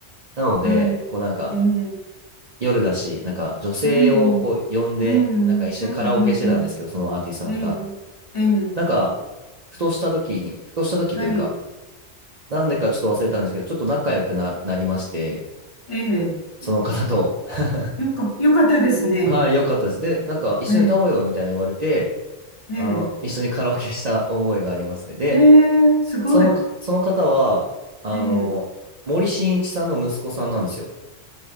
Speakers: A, on the right (about 45°); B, on the left (about 30°).
A: なので、
B: はい。
A: こうなんか
B: ええ、
A: 夜だし、なんか女性をこう呼んで、
B: うん、うん、うん、
A: なんか一緒にカラオケしてたんですけど、
B: うん、うん。
A: そのアーティストの方。
B: うんええ、ええ、
A: なんか、ふとした時に、ふとした時というか、
B: はい。
A: なんでかちょっと忘れたんですけど、ちょっと仲良くな、なりまして、
B: ええ、
A: その方と、<laughs>
B: よか、よかったですね。
A: はい、良かったです。で、なんか一緒に歌おうよみたいな言われて、
B: ええええ、
A: あの、一緒にカラオケした覚えがありますね。で、
B: ええ、すごい。
A: その、その方は、あの、
B: ええ、
A: 森進一さんの息子さんなんですよ。